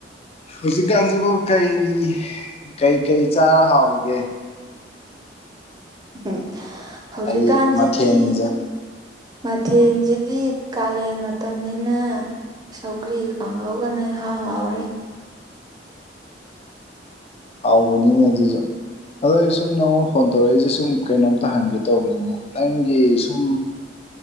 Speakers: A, on the left; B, on the right.
A: ꯍꯧꯖꯤꯛꯀꯥꯟꯁꯤꯕꯨ ꯀꯩ ꯀꯩ ꯀꯔꯤ ꯆꯥꯔ ꯍꯥꯎꯔꯤꯒꯦ
B: ꯎꯝ ꯍꯧꯖꯤꯛꯀꯥꯟꯁꯤꯗꯤ
A: ꯍꯥꯏꯗꯤ ꯃꯊꯦꯜꯁꯦ
B: ꯃꯊꯦꯜꯁꯤꯗꯤ ꯀꯥꯂꯦꯟ ꯃꯇꯝꯅꯤꯅ ꯁꯧꯒꯔꯤꯒ ꯀꯥꯡꯉꯧꯒꯅ ꯏꯍꯥꯎ ꯍꯥꯎꯔꯦ
A: ꯍꯥꯎꯕꯅꯤꯅꯦ ꯑꯗꯨꯁꯨ ꯑꯗꯣ ꯑꯩ ꯁꯨꯝ ꯅꯪꯉꯣꯟꯗ ꯐꯣꯟ ꯇꯧꯔꯛꯏꯁꯦ ꯁꯨꯝ ꯀꯩꯅꯣꯝꯇ ꯍꯪꯒꯦ ꯇꯧꯕꯅꯤꯅꯦ ꯅꯪꯒꯤ ꯁꯨꯝ